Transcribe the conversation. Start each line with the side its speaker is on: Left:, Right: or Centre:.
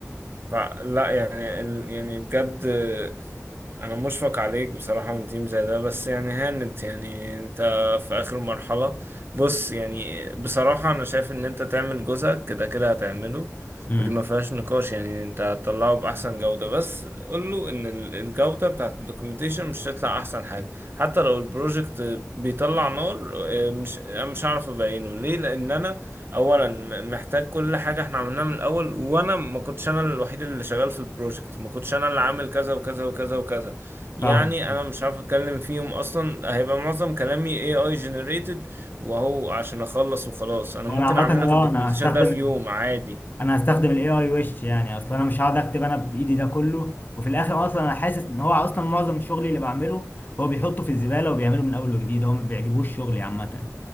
Right: فلا يعني ال... يعني بجد انا مشفق عليك بصراحة من تيم زي ده بس يعني هانت يعني انت في اخر مرحلة بص يعني بصراحة انا شايف ان انت تعمل جزءك كده كده هتعمله
Left: امم
Right: ودي ما فيهاش نقاش يعني انت هتطلعه باحسن جودة بس قول له ان ال- الجودة بتاعت الدوكيومنتيشن مش هتطلع احسن حاجة حتى لو البروجكت بيطلع نار آه، مش انا مش هعرف ابينه ليه لان انا اولا م- محتاج كل حاجه احنا عملناها من الاول وانا ما كنتش انا الوحيد اللي شغال في البروجكت ما كنتش انا اللي عامل كذا وكذا وكذا وكذا يعني
Left: فاهم
Right: انا مش عارف اتكلم فيهم اصلا هيبقى معظم كلامي AI generated وهو عشان اخلص وخلاص انا
Left: وانا
Right: ممكن
Left: عامه
Right: اعمل لك
Left: اه
Right: الدوكيومنتيشن
Left: انا هستخدم
Right: ده في يوم عادي
Left: انا هستخدم الاي اي وش يعني اصلا انا مش هقعد اكتب انا بايدي ده كله وفي الاخر اصلا انا حاسس ان هو اصلا معظم شغلي اللي بعمله هو بيحطه في الزباله وبيعمله من اول وجديد هو ما بيعجبوش شغلي عامه